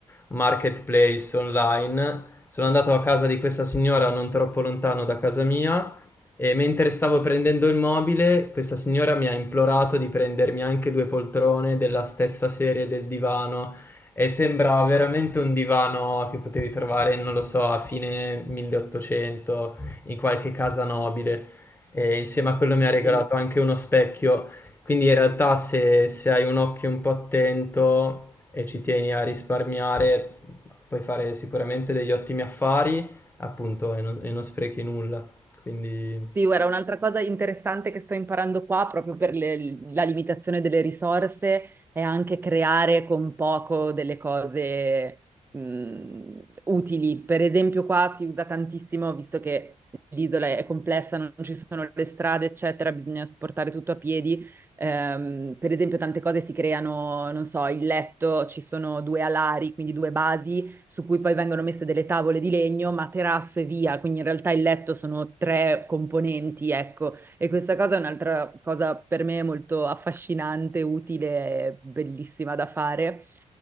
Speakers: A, on the left (about 15°); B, on the right (about 15°).
A: marketplace online. Sono andato a casa di questa signora non troppo lontano da casa mia e mentre stavo prendendo il mobile, questa signora mi ha implorato di prendermi anche due poltrone della stessa serie del divano e sembra veramente un divano che potevi trovare, non lo so, a fine 1800 in qualche casa nobile. E insieme a quello mi ha
B: Del-
A: regalato anche uno specchio. Quindi in realtà se, se hai un occhio un po' attento e ci tieni a risparmiare, puoi fare sicuramente degli ottimi affari, appunto, e non, e non sprechi nulla. Quindi
B: Sì, guarda, un'altra cosa interessante che sto imparando qua, proprio per le- la limitazione delle risorse, è anche creare con poco delle cose mh, utili. Per esempio, qua si usa tantissimo, visto che l'isola è complessa, non ci sono le strade, eccetera, bisogna portare tutto a piedi. Ehm, per esempio, tante cose si creano, non so, il letto, ci sono due alari, quindi due basi su cui poi vengono messe delle tavole di legno, materasso e via, quindi in realtà il letto sono tre componenti, ecco, e questa cosa è un'altra cosa per me molto affascinante, utile e bellissima da fare.